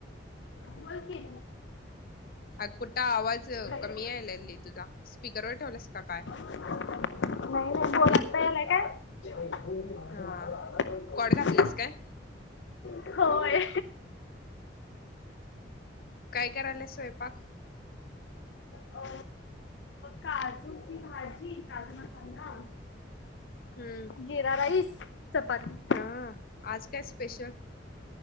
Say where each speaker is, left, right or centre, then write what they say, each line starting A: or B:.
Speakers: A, on the left; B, on the left.
A: बोल की
B: हा कुठ आवाज
A: नाही
B: कमी यायलाय लली तुझा स्पीकरवर ठेवलास का काय
A: नाही, नाही बोल आत्ता यायलाय काय जेव्हा इी मणशी
B: हा
A: माझ्यावर आलाय
B: कॉड घातल्यास काय
A: <unintelligible> होय
B: काय करायल्यास स्वयंपाक
A: अ काजूची भाजी, काजू मसाला
B: हम्म
A: जिरा राईस, चपाती
B: हा आज काय स्पेशल